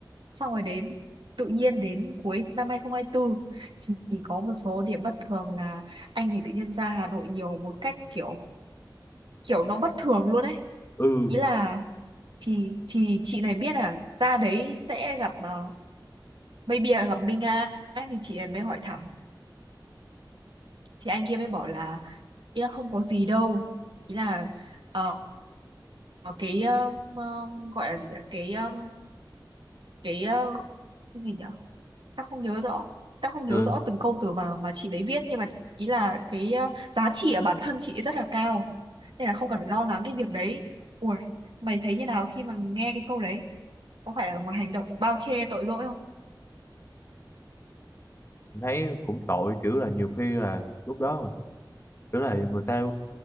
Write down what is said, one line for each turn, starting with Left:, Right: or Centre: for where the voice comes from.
Right: xong rồi đến tự nhiên đến cuối năm 2024 thì thì có một số điểm bất thường là anh thì tự nhiên ra Hà Nội nhiều một cách kiểu kiểu nó bất thường luôn ấy.
Left: ừ
Right: Ý là thì thì chị này biết là ra đấy sẽ gặp uh, maybe là gặp Minh Nga ấy, thì chị này mới hỏi thẳng thì anh kia mới bảo là ý là không có gì đâu ý là ờ, cái ờ, ờ, gọi là gì nhỉ cái ờ, cái ờ, cái gì nhỉ ta không nhớ rõ ta không nhớ
Left: ừ
Right: rõ từng câu từ mà mà chị đấy viết nhưng mà ý là cái ờ, giá trị ở bản thân chị ấy rất là cao nên là không cần phải lo lắng cái việc đấy ui mày thấy như nào khi mà nghe cái câu đấy có phải là một hành động bao che tội lỗi không
Left: mình thấy cũng tội kiểu là nhiều khi là lúc đó mình- kiểu là người ta